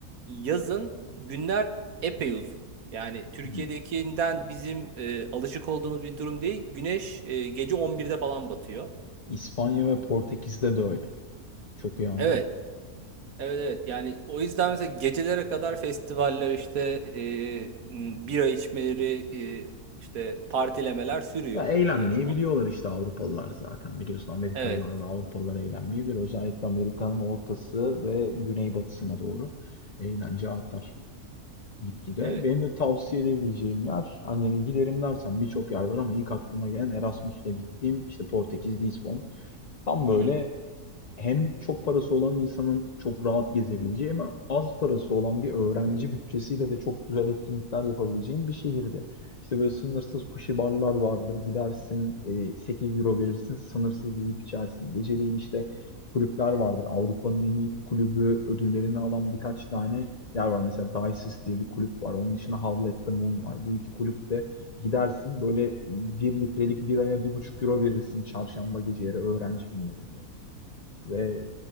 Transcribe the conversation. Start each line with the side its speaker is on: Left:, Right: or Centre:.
Right: yazın günler epey uzun. Yani Türkiye'dekinden
Left: Hı.
Right: bizim e, alışık olduğumuz bir durum değil. Güneş e, gece 11'de falan batıyor.
Left: İspanya ve Portekiz'de de öyle. Çok iyi anlıyorum.
Right: Evet, Evet evet yani o yüzden mesela gecelere kadar festivaller işte e, m, bira içmeleri e, işte partilemeler sürüyor.
Left: Ya eğlenmeyi
Right: E, a-
Left: biliyorlar işte Avrupalılar zaten biliyorsun Amerikalılar
Right: evet
Left: ve Avrupalılar eğlenmeyi bilir. Özellikle Amerika'nın ortası ve güneybatısına doğru eğlence artar gitgide.
Right: evet.
Left: Benim de tavsiye edebileceğim yer hani giderim dersen birçok yer var ama ilk aklıma gelen Erasmus'ta gittiğim işte Portekiz, Lizbon. Tam böyle
Right: Hı hı.
Left: hem çok parası olan insanın çok rahat gezebileceği ama az parası olan bir öğrenci bütçesiyle de çok güzel etkinlikler yapabileceğin bir şehirde. İşte böyle sınırsız sushi barlar vardır. Gidersin e, 8 euro verirsin sınırsız yiyip içersin. Geceleyin işte kulüpler vardır. Avrupa'nın en iyi kulübü ödüllerini alan birkaç tane yer var. Mesela Dices diye bir kulüp var. Onun dışında Howl at the Moon var. Bu iki kulüpte gidersin böyle bir litrelik biraya bir buçuk euro verirsin çarşamba geceleri öğrenci günlerinde ve